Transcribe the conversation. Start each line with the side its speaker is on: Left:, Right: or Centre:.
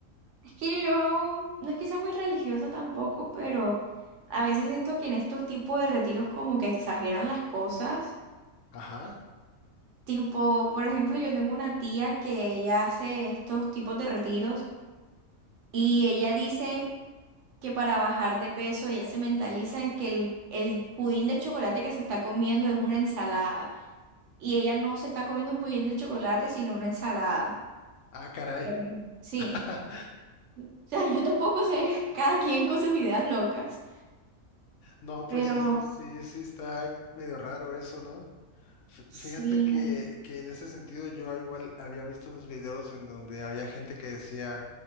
Right: Es que yo no es que sea muy religiosa tampoco, pero a veces siento que en estos tipos de retiros como que exageran las cosas.
Left: Ajá.
Right: Tipo, por ejemplo, yo tengo una tía que ella hace estos tipos de retiros y ella dice que para bajar de peso ella se mentaliza en que el, el pudín de chocolate que se está comiendo es una ensalada y ella no se está comiendo un pudín de chocolate sino una ensalada.
Left: Ah, caray.
Right: Por ejemplo. Sí.
Left: <laughs>
Right: O sea, yo tampoco sé, <laughs> cada quien con sus ideas locas.
Left: No, pues
Right: Pero
Left: sí, sí, sí está medio raro eso, ¿no? Fí-
Right: sí,
Left: Fíjate que, que en ese sentido yo igual había visto unos videos en donde había gente que decía